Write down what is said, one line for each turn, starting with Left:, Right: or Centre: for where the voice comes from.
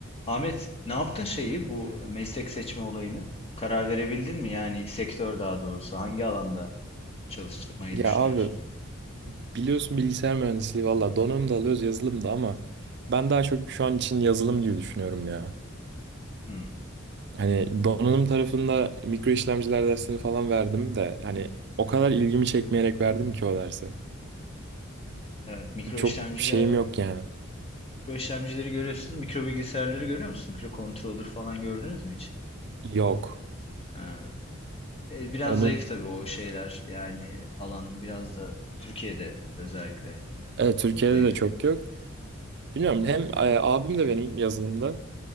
Left: Ahmet, ne yaptın şeyi bu meslek seçme olayını? Karar verebildin mi? Yani sektör daha doğrusu hangi alanda çalışmayı
Right: Ya
Left: düşünüyorsun?
Right: abi biliyorsun bilgisayar mühendisliği valla donanım da alıyoruz yazılım da ama ben daha çok şu an için yazılım gibi düşünüyorum ya.
Left: Hmm,
Right: Hani donanım tarafında mikro işlemciler dersini falan verdim de hani o kadar ilgimi çekmeyerek verdim ki o dersi.
Left: Evet, mikro
Right: Çok
Left: işlemciler,
Right: şeyim yok yani.
Left: mikro işlemcileri görüyorsunuz, mikro bilgisayarları görüyor musunuz? Mikro controller falan gördünüz mü hiç?
Right: Yok.
Left: Ha. E, biraz
Right: Onu
Left: zayıf tabii o şeyler. Yani alan biraz da Türkiye'de özellikle e,
Right: evet, Türkiye'de
Left: zayıf.
Right: de çok yok. Bilmiyorum hem e, abim de benim yazılımda